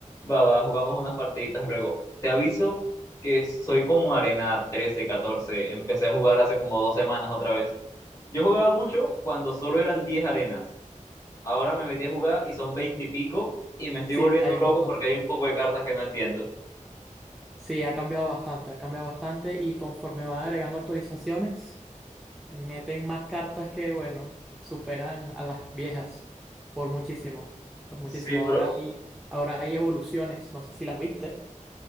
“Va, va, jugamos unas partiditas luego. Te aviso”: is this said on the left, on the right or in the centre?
Left